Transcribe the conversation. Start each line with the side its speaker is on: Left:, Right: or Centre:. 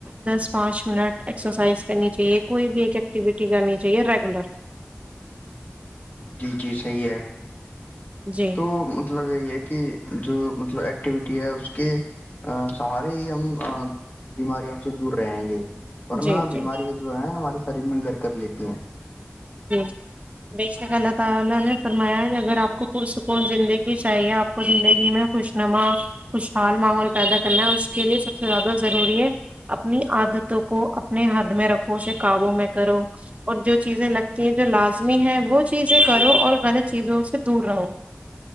Right: دس پانچ منٹ ایکسرسائز کرنی چاہیے کوئی بھی ایکٹیویٹی کرنی ج ریگولر
Left: جی جی صحیح ہے
Right: جی
Left: تو مطلب یہی ہے کہ جو مطلب ایکٹیویٹی ہے اس کے سہارے ہی ہم بیماریوں سے دور رہیں گے ورنہ
Right: جی جی
Left: بیمارییاں جو ہے ہماری شریر میں گر کر لیتی ہیں
Right: <inaudible> کہ جو لازمی ہے وہ چیزیں کرو اور غلط چیزوں سے دور رہو